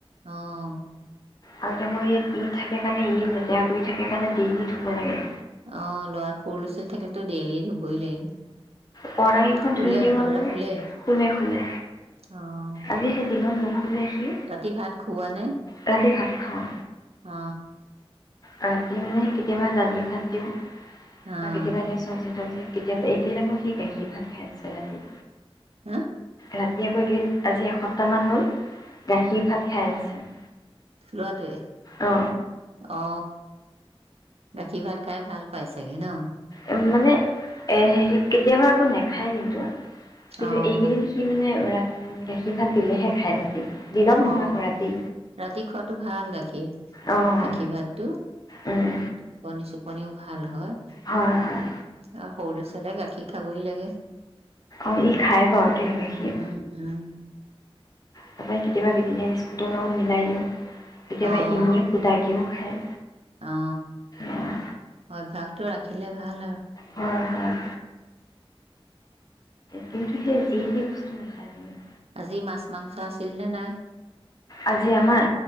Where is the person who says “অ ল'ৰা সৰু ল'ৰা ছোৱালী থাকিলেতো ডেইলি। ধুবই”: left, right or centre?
Right